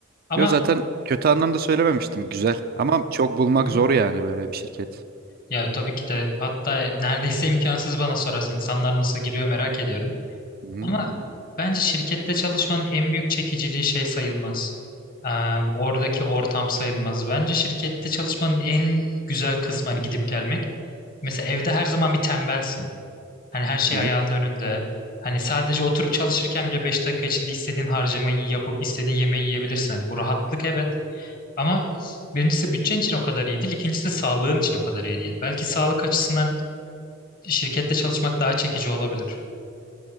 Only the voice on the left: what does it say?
Ama
Hı hı.
ya tabii ki de hatta neredeyse imkansız bana sorarsan insanlar nasıl giriyor merak ediyorum.
Ama bence şirkette çalışmanın en büyük çekiciliği şey sayılmaz. Ee, oradaki ortam sayılmaz. Bence şirkette çalışmanın en güzel kısmı hani gidip gelmek. Mesela evde her zaman bir tembelsin. Hani her şey
ayağının önünde. Hani sadece oturup çalışırken bile 5 dakika içinde istediğin harcamayı yapıp istediğin yemeği yiyebilirsin. Hani bu rahatlık evet. Ama birincisi bütçen için o kadar iyi değil. İkincisi sağlığın için o kadar iyi değil. Belki sağlık açısından şirkette çalışmak daha çekici olabilir.